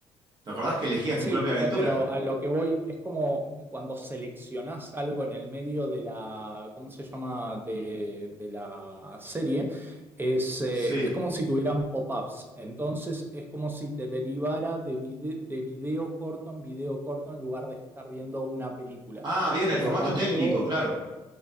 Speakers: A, on the right; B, on the right.
A: ¿te acordás que elegías
B: Sí,
A: tu propia aventura?
B: eh, pero a lo que voy es como cuando seleccionás algo en el medio de la, ¿cómo se llama? De, de la serie, es, eh,
A: Sí.
B: es como si tuvieran pop-ups. Entonces es como si te derivara de, vide- de video corto en video corto en lugar de estar viendo una película.
A: Ah, bien,
B: Por
A: el formato
B: lo tanto,
A: técnico, claro.